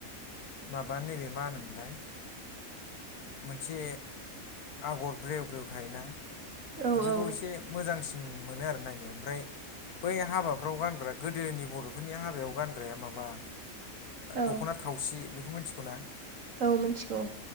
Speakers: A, on the left; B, on the right.
A: माबानो नैबे मा होनोमोनलाय मोनसे आगर ब्रेव ब्रेव थायोना
B: औ
A: बिदिखौ
B: औ
A: एसे मोजांसिन मोनो आरो नायनो ओमफ्राय बै हाबाफ्राव गानग्रा गोदोनि बर'फोरनि हाबायाव गानग्राया माबा
B: औ
A: दख'ना थावसि बेखौ मिथिगौना?
B: औ मिथिगौ।